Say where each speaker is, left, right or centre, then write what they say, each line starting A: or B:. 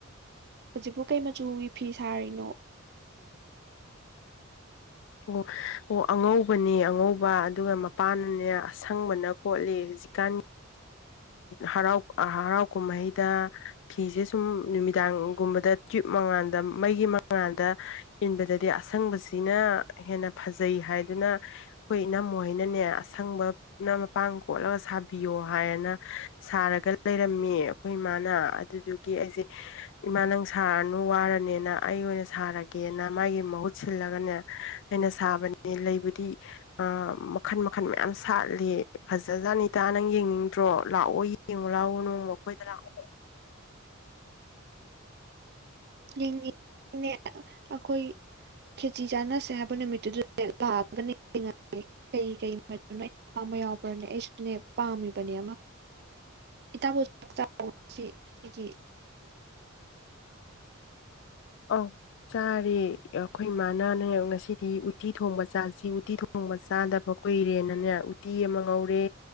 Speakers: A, on the right; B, on the left.
A: ꯍꯧꯖꯤꯛꯄꯨ ꯀꯩ ꯃꯆꯨꯒꯤ ꯐꯤ ꯁꯥꯔꯤꯅꯣ
B: ꯎ ꯑꯣ ꯑꯉꯧꯕꯅꯦ ꯑꯉꯧꯕ ꯑꯗꯨꯒ ꯃꯄꯥꯟꯅꯅꯦ ꯑꯁꯪꯕꯅ ꯀꯣꯠꯂꯦ ꯍꯧꯖꯤꯛꯀꯥꯟꯒꯤ ꯍꯔꯥꯎ ꯍꯔꯥꯎ ꯀꯨꯝꯍꯩꯗ ꯐꯤꯁꯦ ꯁꯨꯝ ꯅꯨꯃꯤꯗꯥꯡꯒꯨꯝꯕꯗ ꯇ꯭ꯌꯨꯞ ꯃꯉꯥꯜꯗ ꯃꯩꯒꯤ ꯃꯉꯥꯥꯟꯗ ꯏꯟꯕꯗꯗꯤ ꯑꯁꯪꯕꯁꯤꯅ ꯍꯦꯟꯅ ꯐꯖꯩ ꯍꯥꯏꯗꯨꯅ ꯑꯩꯈꯣꯏ ꯏ ꯅꯝꯃꯣꯣꯏꯅꯅꯦ ꯑꯁꯪꯕꯅ ꯃꯄꯥꯡ ꯀꯣꯠꯂꯒ ꯁꯥꯕꯤꯌꯣ ꯍꯥꯏꯅ ꯁꯥꯔꯒ ꯂꯩꯔꯝꯃꯤ ꯑꯩꯈꯣꯏ ꯏꯃꯥꯅ ꯑꯗꯨꯗꯨꯒꯤ ꯑꯩꯁꯦ ꯏꯃꯥ ꯅꯪ ꯁꯥꯔꯅꯨ ꯋꯥꯔꯅꯦꯅ ꯑꯩ ꯑꯣꯏꯅ ꯁꯥꯔꯒꯦꯅ ꯃꯥꯒꯤ ꯃꯍꯨꯠ ꯁꯤꯜꯂꯒꯅꯦ ꯑꯩꯅ ꯁꯥꯕꯅꯦ ꯂꯩꯕꯨꯗꯤ ꯑꯥ ꯃꯈꯟ ꯃꯈꯟ ꯃꯌꯥꯝ ꯁꯥꯠꯂꯤ ꯐꯖꯖꯥꯠꯅꯤ ꯏꯇꯥ ꯅꯪ ꯌꯦꯡꯅꯤꯡꯗ꯭ꯔꯣ ꯂꯥꯛꯑꯣ ꯌꯦꯡ ꯌꯦꯡꯉꯨ ꯂꯥꯛꯑꯣ ꯅꯣꯡꯃ ꯑꯩꯈꯣꯏꯗ ꯂꯥꯛꯑꯣ
A: ꯌꯦꯡꯉ ꯑꯩꯈꯣꯏ ꯈꯦꯆꯤ ꯆꯥꯟꯅꯁꯦ ꯍꯥꯏꯕ ꯅꯨꯃꯤꯠꯇꯨꯗ ꯂꯥꯛꯑꯒꯉꯒꯦ ꯀꯩ ꯀꯩ ꯃ <unintelligible> ꯑꯩ ꯄꯥꯝꯕ ꯌꯥꯎꯕ꯭ꯔꯅꯦ ꯑꯩꯁꯨꯅꯦ ꯄꯥꯝꯃꯤꯕꯅꯦ ꯑꯃ ꯏꯇꯥꯕꯣ ꯆꯥꯛ ꯆꯁꯤ ꯑꯩꯒꯤ
B: ꯑ ꯆꯥꯔꯦ ꯑꯩꯈꯣꯏ ꯏꯃꯥꯅꯅꯦ ꯉꯁꯤꯗꯤ ꯎꯇꯤ ꯊꯣꯡꯕ ꯆꯥꯁꯤ ꯎꯇꯤ ꯊꯣꯡ ꯂꯣꯡꯕ ꯆꯥꯗꯕ ꯀꯨꯏꯔꯦꯅꯅꯦ ꯎꯇꯤ ꯑꯃ ꯉꯧꯔꯦ